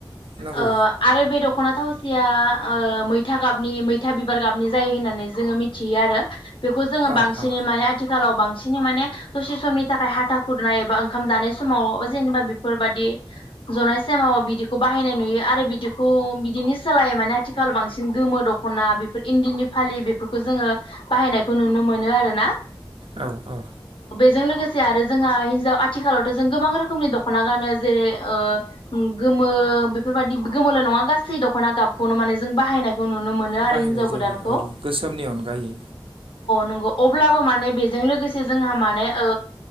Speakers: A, on the right (about 85°); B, on the left (about 75°).
A: नंगौ
B: ओ आरो बे दख'ना थावसिया मैथा गाबनि मैथा बिबार गाबनि जायो होननानै जोङो मिथियो आरो बेखौ जोङो
A: अ
B: बांसिनै
A: अ
B: माने आथिखाल आथिखालाव बांसिन माने दसे समनि थाखाय हाथा खुरनाय एबा ओंखाम जानाय समाव जेनेबा बेफोरबाददि जनाय समाव बिदिखौ बाहायनाय नुयो आरो बिदिखौ बिदिनि सोलायै माने आथिखाल बांसिन गोमो दख'ना बेफोर इन्दिनि फालि बेफोरखौ जोङो बाहायनाय खौ नुनो मोनो आरो ना
A: औ औ
B: जों लोगोसे आरो जोंहा हिनजाव आथिखालावथ' जों गोबां रोखोमनि दख'ना गानो जेरै ओ गोमो बेफोरबायाददि गोमोल' नङा गासै दख'ना गाबखौनो माने जों बाहायनायखौ नुनो मोनो
A: बाहायनाय
B: आरो हिनजाव
A: जायो
B: गोदानखौ
A: आरो गोसोमनि अनगायै
B: नौ अब्लाबो माने बेजों लोगोसे जोंहा माने ओ